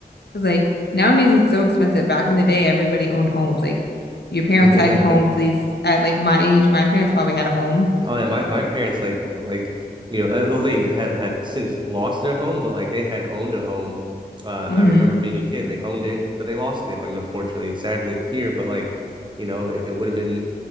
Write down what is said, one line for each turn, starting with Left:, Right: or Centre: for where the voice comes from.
Left: Cause like nowadays it's so expensive. Back in the day, everybody owned homes. Like your parents
Right: <laughs> Yeah.
Left: had homes, these at like my age, my parents probably had a home.
Right: Oh yeah. My my parents like like you know although they had had since lost their home, but like they had owned a home. Uh,
Left: Mm-hmm.
Right: I remember being a kid. They owned it, but they lost it. Like unfortunately, it's sad to hear, but like you know it, it would have been